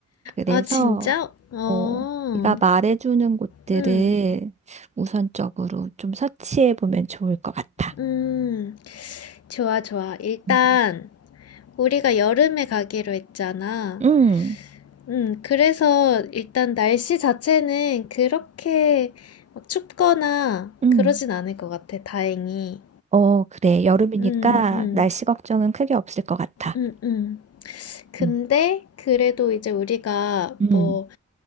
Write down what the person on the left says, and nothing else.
아, 진짜? 어.
음,
음, 좋아, 좋아. 일단,
우리가 여름에 가기로 했잖아.
음, 그래서 일단 날씨 자체는 그렇게 막 춥거나
그러진 않을 것 같아, 다행히.
음, 음,
음, 음. 근데,
그래도 이제 우리가
뭐,